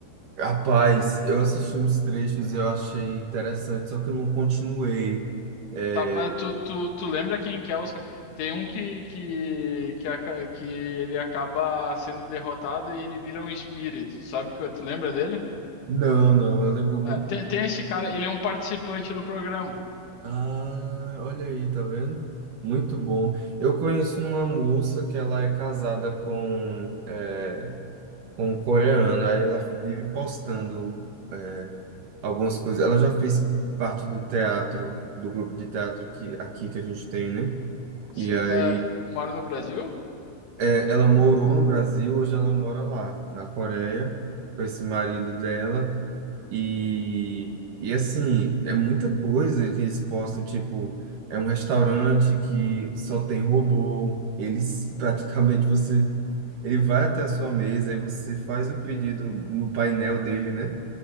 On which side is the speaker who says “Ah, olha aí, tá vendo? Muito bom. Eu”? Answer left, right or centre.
Right